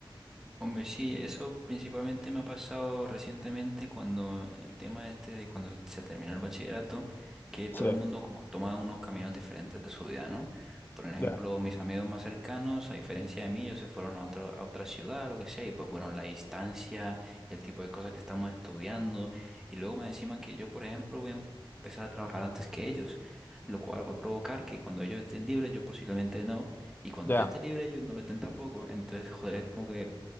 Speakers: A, in the centre; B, on the left.
A: Hombre, sí, eso principalmente me ha pasado recientemente cuando el tema este de cuando se terminó el bachillerato, que todo
B: Sí,
A: el mundo como toma unos caminos diferentes de su vida, ¿no? Por ejemplo,
B: ya,
A: mis amigos más cercanos, a diferencia de mí, ellos se fueron a otro, a otra ciudad, lo que sea, y pues bueno, la distancia y el tipo de cosas que estamos estudiando, y luego más encima que yo, por ejemplo, voy a empezar a trabajar antes que ellos, lo cual va a provocar que cuando ellos estén libres, yo posiblemente no, y cuando
B: ya,
A: yo esté libre, ellos no lo estén tampoco, entonces, joder, es como que